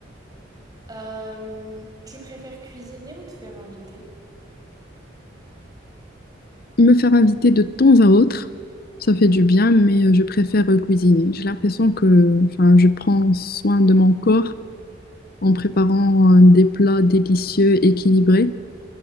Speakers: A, on the right; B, on the left.
A: Euh, tu préfères cuisiner ou te faire inviter?
B: Me faire inviter de temps à autre, ça fait du bien, mais euh, je préfère euh, cuisiner. J'ai l'impression que, enfin, je prends soin de mon corps en préparant euh, des plats délicieux, équilibrés.